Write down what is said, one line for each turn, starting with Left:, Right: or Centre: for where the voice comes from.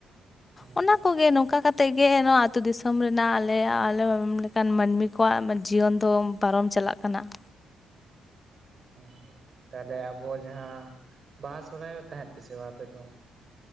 Right: ᱦᱩᱸ
Left: ᱚᱱᱟ ᱠᱚᱜᱮ ᱱᱚᱝᱠᱟ ᱠᱟᱛ ᱛᱮᱜᱮ ᱱᱚᱣᱟ ᱟᱹᱛᱩ ᱫᱤᱥᱚᱢ ᱨᱮᱱᱟᱜ ᱟᱞᱮ ᱟᱞᱮ ᱞᱮᱠᱟᱱ ᱢᱟᱹᱱᱢᱤ ᱠᱚᱣᱟᱜ ᱡᱤᱭᱚᱱ ᱫᱚ ᱯᱟᱨᱚᱢ ᱪᱟᱞᱟᱜ ᱠᱟᱱᱟ ᱾
Right: ᱚ ᱛᱟᱦᱚᱞᱮ ᱟᱵᱚ ᱡᱟᱦᱟᱸ ᱵᱟᱦᱟ ᱥᱚᱨᱦᱟᱭᱚᱜ ᱛᱟᱦᱮᱸᱫ ᱯᱮ ᱥᱮ ᱵᱟᱝ ᱟᱯᱮ ᱫᱚ?